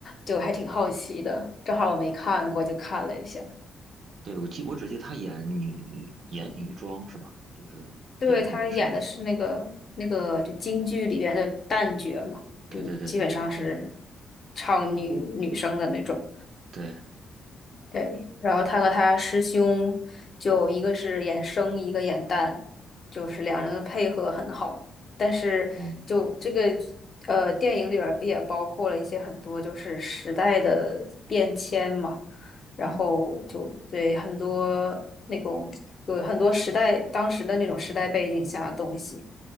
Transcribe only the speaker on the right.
对，我记，我只记得她演女演女装是吧？就是演女生。
对对对对对
对，
嗯
嗯，